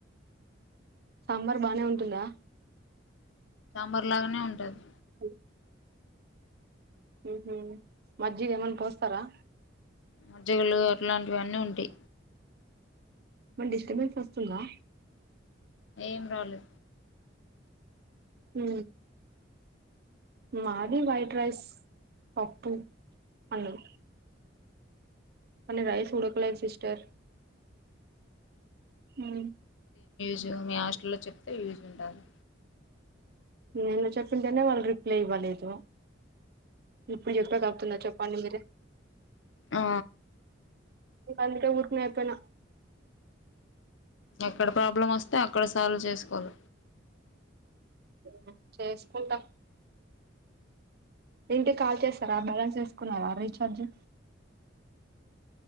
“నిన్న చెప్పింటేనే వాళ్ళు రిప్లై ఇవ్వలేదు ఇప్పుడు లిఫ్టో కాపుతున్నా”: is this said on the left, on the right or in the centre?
Right